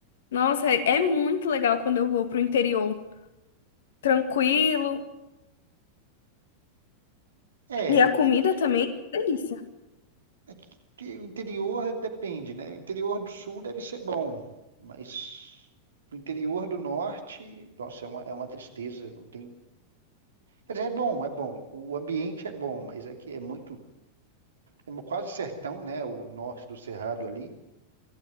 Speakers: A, on the left (about 60°); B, on the right (about 65°).
A: Nossa, é é muito legal quando eu vou pro interior. Tranquilo.
B: É,
A: E a comida
B: é que,
A: também, delícia.
B: é que que o interior depende, né? O interior do sul deve ser bom, mas o interior do norte, nossa, é uma, é uma tristeza, não tem. Quer dizer, é bom, é bom. O ambiente é bom, mas é que é muito, é quase sertão, né? O norte do Cerrado ali.